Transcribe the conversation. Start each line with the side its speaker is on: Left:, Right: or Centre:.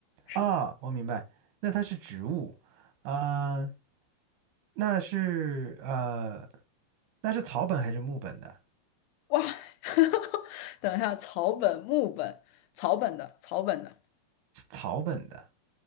Left: 是的。
Right: 啊，我明白，那它是植物，啊、那是呃，那是草本还是木本的？
Left: 哇，<laughs> 等一下，草本、木本、草本的、草本的
Right: 是草本的。